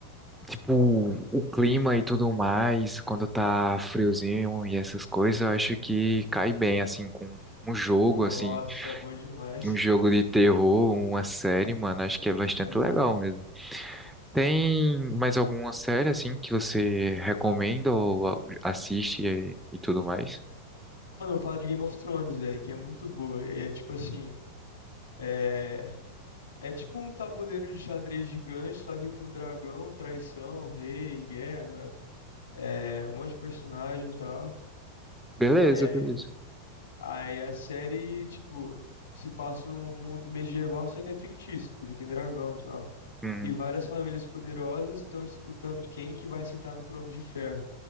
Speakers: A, in the centre; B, on the left.
A: Tipo, o clima e tudo mais, quando tá friozinho e essas coisas, eu acho que cai bem, assim, com um jogo,
B: Nossa,
A: assim,
B: é bom demais.
A: um jogo de terror, uma série, mano, acho que é bastante
B: Sim, mano.
A: legal mesmo. Tem mais alguma série, assim, que você recomenda ou a- assiste e, e tudo mais?
B: Mano, eu falo de Game of Thrones, velho, que é muito boa. E é tipo assim, é... é tipo um tabuleiro de xadrez gigante, só que com dragão, traição, rei, guerra, é... um monte de personagem e tal.
A: Beleza,
B: É,
A: beleza.
B: Aí a série, tipo, se passa num mundo medieval, só que é fictício, porque tem dragão e tal.
A: Uhum,
B: E várias famílias poderosas estão disputando quem que vai sentar no trono de ferro.